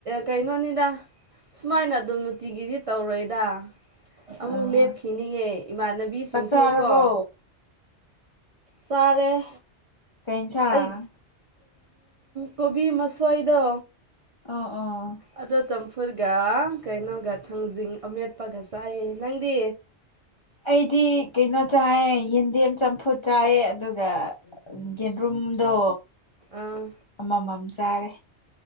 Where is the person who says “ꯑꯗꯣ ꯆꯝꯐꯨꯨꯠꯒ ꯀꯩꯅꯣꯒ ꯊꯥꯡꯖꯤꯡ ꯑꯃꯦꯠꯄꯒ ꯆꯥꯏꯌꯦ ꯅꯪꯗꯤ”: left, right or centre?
Right